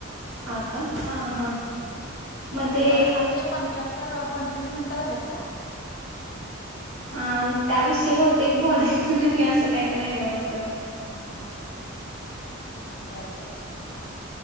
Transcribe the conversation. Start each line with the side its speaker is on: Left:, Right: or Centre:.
Right: हां का हां हां
Left: <unintelligible>
Right: मग ते
Left: अ सातशे पंच्यातर, तर पंचवीस मिनिटं झाल्यात काय?
Right: हा त्याविषयी बहुते एक बोलायच नाही, असं काहीत नाही आहे वाटत?
Left: <unintelligible> बर बर,